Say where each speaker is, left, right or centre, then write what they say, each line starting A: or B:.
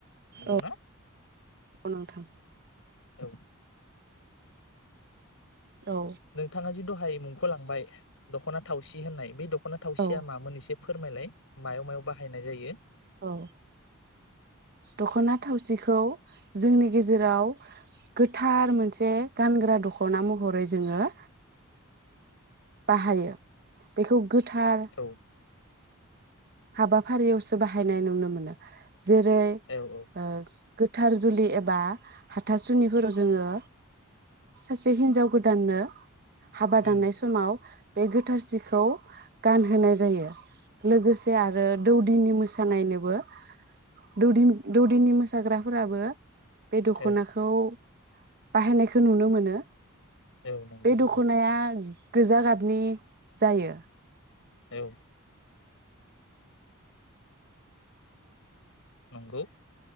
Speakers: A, on the left; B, on the right.
A: नंगौना
B: औ नंगौ नोंथां
A: औ
B: औ
A: नोंथाङा जि द हाय मुंख' लांबाय दखना थावसि होननाय बे द खना थावसिया
B: औ
A: मामोन एसे फोरमायलाय मायाव मायाव बाहायनाय जायो?
B: औ दख'ना थावसिखौ जोंनि गेजेराव गोथार मोनसे गानग्रा दख'ना महरै जोंङो बाहायो बेखौ गोथार
A: औ
B: हाबाफारियावसो बाहायनाय नुनो मोनो। जेरै
A: औ औ
B: ओ गोथार जुलि एबा हाथासुनिफोराव जोङो सासे हिनजाव गोदाननो हाबा
A: उम
B: दाननाय समाव बे गोथारसिखौ गानहोनाय जायो लोगोसे आरो दौदिनि मोसानायनोबो दौदि-दौदिनि मोसाग्राफोराबो बे दख'नाखौ
A: औ
B: बाहायनायखौ नुनो मोनो
A: औ नंगौ
B: बे
A: नंगौ
B: दख'नाया गोजा गाबनि जायो
A: औ नंगौ